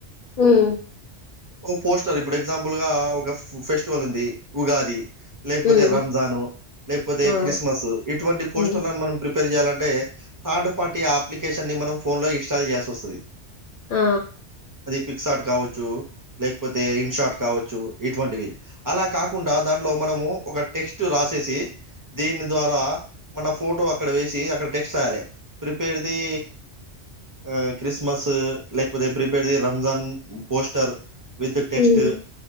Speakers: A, on the left; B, on the right.
A: ఉమ్మ్
B: ఓ పోస్టర్ ఇప్పుడు ఎగ్జాంపుల్ గా ఒక ఫెస్టివల్ ఉంది ఉగాది లేకపోతే
A: ఉమ్
B: రంజాను లేకపోతే
A: ఆ
B: క్రిస్మస్ ఇటువంటి పోస్టర్లను
A: ఉమ్
B: మనం ప్రిప పేర్ చేయాలంటే థర్డ్ పార్టీ ఆ అప్లికేషన్ ని మనం ఫోన్ లో ఇన్స్టాల్ చేసి వస్తుంది
A: ఆ
B: పిక్సార్ట్ కావచ్చు లేకపోతే ఇన్ షార్ట్ కావచ్చు ఇటువంటివి అలా కాకుండా దాంట్లో మనము ఒక టెక్స్ట్ రాసి చేసి దీని ద్వారా మన ఫోటో అక్కడ వేసి అక్కడ టెక్స్ట్ అయ్యాలి ప్రిపేర్ది ఆ క్రిస్మస్ లేకపోతే ప్రీపేర్ది రంజాన్ పోస్టర్ విత్ టెస్ట్
A: ఉమ్